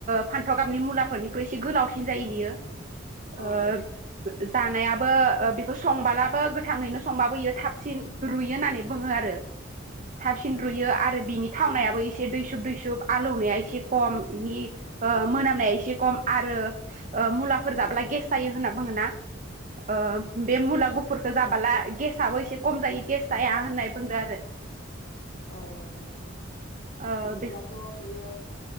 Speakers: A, on the right (about 40°); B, on the left (about 55°).
A: फान्थाव गाबनि मुलाफोरनिख्रुइ एसे गोलावसिन जायो बियो
B: औ
A: ओ जानायाबो बेखौ संबलाबो गोथांङैनो संबाबो बियो थाबसिन रुयो होननानै बुंङो आरो। थाबसिन
B: औ
A: रुयो आरो बिनि थावनायाबो एसे दैसुब दैसुब आलौनाया एसे खम बिनि मोनामनाया एसे खम आरो ओ मुलाफोर जाब्ला गेस जायो होनना बुंङो ना ओ बे मुला गुफुरखौ जाबाला गेसआबो एसे खम जायो। गेस जाया होननाय बुंदो आरो।
B: औव औव औव
A: ओ
B: बिदिब्लाथ' बियो